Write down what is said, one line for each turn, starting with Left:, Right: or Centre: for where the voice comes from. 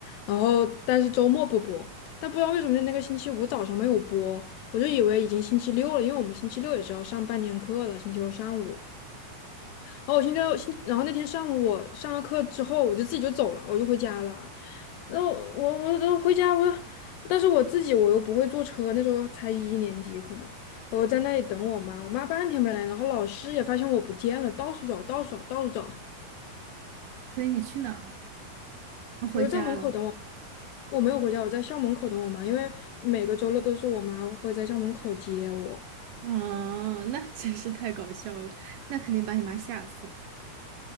Left: 然后但是周末不播，但不知道为什么那个星期五早上没有播，我就以为已经星期六了，因为我们星期六也是要上半天课的，星期六上午。然后我现在，现然后那天上午我上了课之后，我就自己就走了，我就回家了。然后我我我回家我，但是我自己我又不会坐车，那时候才一年级可能，我在那里等我妈，我妈半天没来，然后老师也发现我不见了，到处找，到处找，到处找，
Right: 所以你去哪儿了？啊回家了。
Left: 我就在门口等我，我没有回家，我在校门口等我妈，因为每个周六都是我妈会在校门口接我，
Right: 嗯，那真是太搞笑了，那肯定把你妈吓死。